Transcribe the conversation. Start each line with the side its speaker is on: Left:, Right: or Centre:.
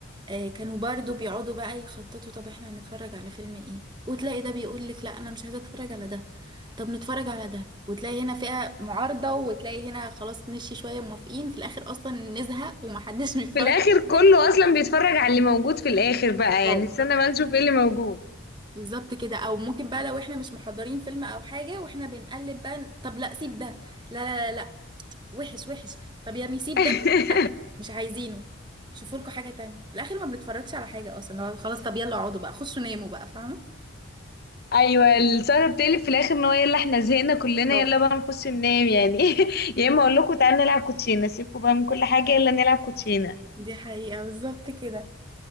Right: آه، كانوا برضو بيقعدوا بقى يخططوا طب احنا هنتفرج على فيلم ايه وتلاقي ده بيقولك لا أنا مش عايزة أتفرج على ده طب نتفرج على ده وتلاقي هنا فئة معارضة وتلاقي هنا خلاص مشي شوية موافقين في الآخر أصلا نزهق ومحدش <laughs> بيتفرج
Left: في الاخر
Right: على حاجة
Left: كله اصلا بيتفرج على اللي موجود في الاخر بقى
Right: اه
Left: يعني استنى ما نشوف ايه اللي موجود
Right: بالظبط كده او ممكن بقى لو احنا مش محضرين فيلم او حاجه واحنا بنقلب بقى طب لا سيب ده لا لا لا لا. وحش وحش طب يا نسيب
Left: <laughs>
Right: ده لا مش عايزينه شوفوا لكم حاجة تانية في الآخر ما بنتفرجش على حاجة أصلا لو خلاص طب يلا اقعدوا بقى خشوا ناموا بقى فاهمة
Left: ايوه السهره بتقلب في الاخر ان هو يلا احنا زهقنا كلنا
Right: أو.
Left: يلا بقى نخش ننام يعني <laughs> يا اما اقول لكم تعالوا نلعب كوتشينه سيبكم بقى من كل حاجه يلا نلعب كوتشينه
Right: دي حقيقة بالظبط كده